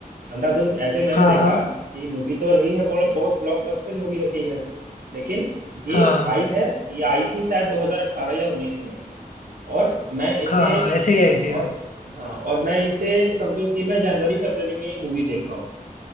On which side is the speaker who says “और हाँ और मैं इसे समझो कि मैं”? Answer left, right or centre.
Right